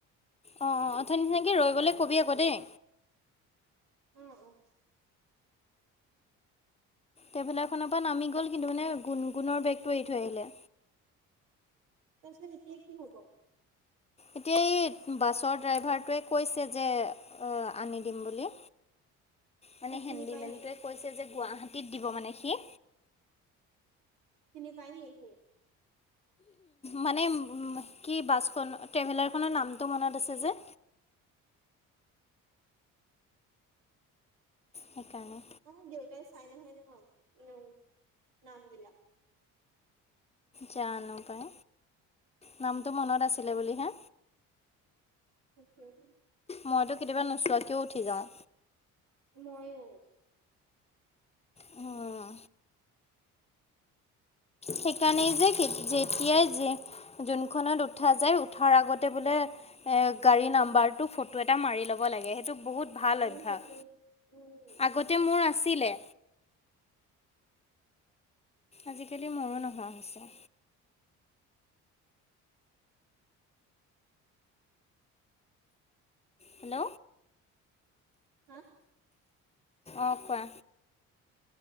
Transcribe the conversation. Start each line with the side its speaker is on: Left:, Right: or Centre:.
Left: অ', অথনি তেনেকে ৰৈ গ'লে কবি আকৌ দেই।
Right: উম, উম।
Left: ট্ৰেভেলাৰখনৰ পৰা নামি গ'ল কিন্তু মানে গুণ গুণৰ বেগটো এৰি থৈ আহিলে।
Right: তাৰপিছত এতিয়া কি হ'ব?
Left: এতিয়া এই বাছৰ ড্ৰাইভাৰটোৱে কৈছে যে আনি দিম বুলি।
Right: অ
Left: মানে
Right: চিনি
Left: হেডন্ডিমেনটোৱে
Right: পাই নেকি
Left: কৈছে যে গুৱাহাটীত দিব মানে সি।
Right: চিনি পাই নি সি?
Left: মানে কি বাছখন ট্ৰেভেলাৰখনৰ নামটো মনত আছে যে। সেইকাৰণে
Right: অ', দেউতাই চাই নহয় নয় অ', উম, নাম বিলাক।
Left: জানো পাই, নামটো মনত আছিলে বুলি হে।
Right: সেইটোৱে।
Left: মইটো কেতিয়াবা নোচোৱাকেও উঠি যাওঁ।
Right: ময়ো।
Left: হম। সেইকাৰণেই যে যেতিয়াই যোনখনত উঠা যায় উঠাৰ আগতে বোলে এ গাড়ী নাম্বাৰটো ফটো এটা মাৰি ল'ব লাগে সেইটো বহুত ভাল
Right: অ
Left: অভ্যাস,
Right: সেইটোৱে উম
Left: আগতে মোৰ আছিলে। আজিকালি মোৰো নোহোৱা হৈছে। হেল্ল'।
Right: হা?
Left: অ', কোৱা।